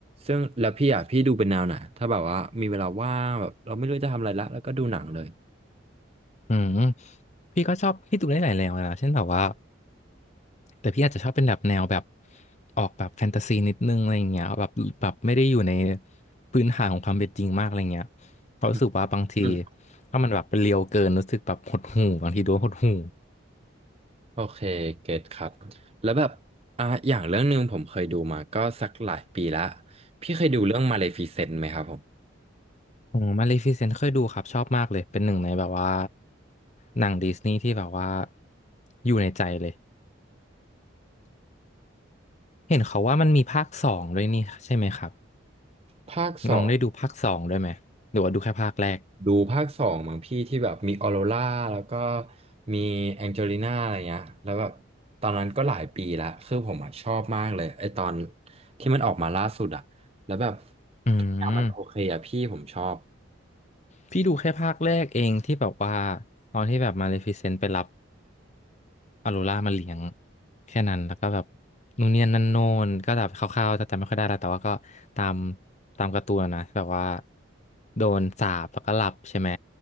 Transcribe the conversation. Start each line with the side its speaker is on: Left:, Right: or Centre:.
Right: ซึ่งแล้วพี่อ่ะพี่ดูเป็นแนวไหนถ้าแบบว่ามีเวลาว่างแบบเราไม่รู้จะทำอะไรละแล้วก็ดูหนังเลย
Left: อืมพี่ก็ชอบพี่ดูได้หลายแนวเลยนะเช่นแบบว่าแต่พี่อาจจะชอบเป็นแบบแนวแบบออกแบบแฟนตาซีนิดนึงอะไรอย่างเงี้ยแบบแบบไม่ได้อยู่ในพื้นฐานของความเป็นจริงมากอะไรเงี้ยเพราะรู้สึกว่าบางที
Right: อืมอืม
Left: ถ้ามันแบบเรียวเกินรู้สึกแบบหดหู่บางทีดูแล้วหดหู่
Right: โอเคเก็ตครับ แล้วแบบอ่าอย่างเรื่องหนึ่งผมเคยดูมาก็สักหลายปีละพี่เคยดูเรื่องมาเลฟิเซนต์ไหมครับผม
Left: โอ้มาเลฟิเซนต์เคยดูครับชอบมากเลยเป็นหนึ่งในแบบว่าหนังดิสนีย์ที่แบบว่าอยู่ในใจเลยเห็นเขาว่ามันมีภาคสองด้วยนี่ใช่ไหมครับ
Right: ภาคสอง
Left: น้องได้ดูภาคสองด้วยไหมหรือว่าดูแค่ภาคแรก
Right: ดูภาคสองมั้งพี่ที่แบบมีออโรราแล้วก็มีแองเจลิน่าอะไรเงี้ยแล้วแบบตอนนั้นก็หลายปีละคือผมอะชอบมากเลยไอตอนที่มันออกมาล่าสุดอะแล้วแบบ
Left: อืม
Right: ทุกอย่างมันโอเคอะพี่ผมชอบ
Left: พี่ดูแค่ภาคแรกเองที่แบบว่าตอนที่แบบมาเลฟิเซนต์ไปรับ ออโรรามาเลี้ยงแค่นั้นแล้วก็แบบนู่นเนี่ยนั่นโน่นก็แบบคร่าวๆแต่จำไม่ค่อยได้แล้วแต่ว่าก็ตามตามการ์ตูนนะแบบว่าโดนสาปแล้วก็หลับใช่ไหม